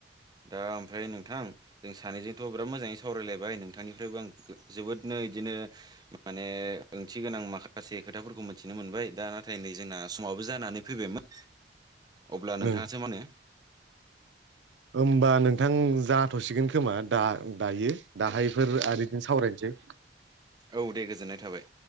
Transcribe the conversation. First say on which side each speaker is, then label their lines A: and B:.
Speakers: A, on the right (about 25°); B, on the right (about 85°).
A: दा ओमफ्राय नोंथां जों सानैजोंथ' बिराद मोजाङै सावरायलायबाय नोंथांनिफ्रायबो आं जोबोदनो इदिनो माने ओंथि गोनां माखा से खोथाफोरखौ मिनथिनो मोनबाय दा नाथाय नै जोंना समावबो जानानै फैबायमोन। अब्ला नोंथाङासो
B: ओं
A: मा होनो?
B: होमबा नोंथां जाथ'सिगोन खोमा दा दायो दाहायफोर आरो इदिनो सावरायनोसै।
A: औ दे गोजोननाय थाबाय।